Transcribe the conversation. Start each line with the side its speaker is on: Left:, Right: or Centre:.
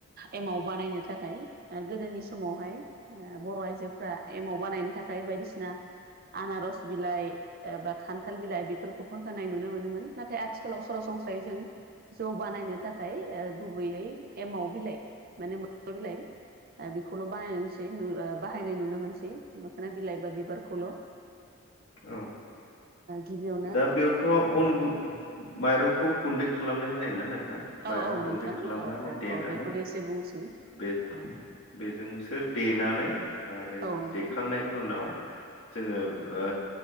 Right: एमाव बानायनो थाखाय गोदोनि समावहाय बर' आइजोफ्रा एमाव बानायनो थाखाय बायदिसिना आनारस बिलाइ, एबा खान्थाल बिलाइ बेफोरखौबो होनाय नुनो मोनोमोन नाथाय आथिखालाव सरासनस्रायै जों जौ बानायनो थाखाय ओ गुबैयै एमाव बिलाइ माने मोखना बिलाइ। बेखौल' बानायसै बाहायनाय नुनो मोनसै मोखोना बिलाइ बा बिबारखौल' <inaudible>
Left: औ
Right: गिबियाव
Left: दा बेयावथ' अन गुन माइरंखौ गुन्दै खालामनाय जायोना नोंथां।
Right: औ
Left: माइरं
Right: औ नोंथां
Left: गुन्दै खालामनानै
Right: औ औ
Left: देनानै
Right: औ बेखौनो एसे बुंसै
Left: बे-
Right: औ
Left: बेजोंसो देनानै आरो
Right: औ नोंथां
Left: देखांनाय उनाव जोङो ओ